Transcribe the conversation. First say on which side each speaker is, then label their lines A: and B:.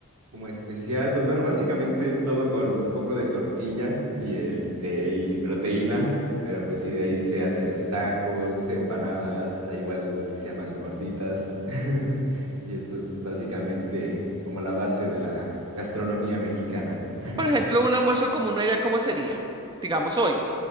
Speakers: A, on the right; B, on the right.
A: Como especial, pues bueno, básicamente es todo con un poco de tortilla y este y proteína, pero pues sí, de ahí se hacen los tacos, empanadas, hay igual las que se llaman gorditas. <laughs> Y eso es pues, básicamente como la base de la gastronomía mexicana. <laughs>
B: Por ejemplo, un almuerzo común allá, ¿cómo sería? Digamos hoy,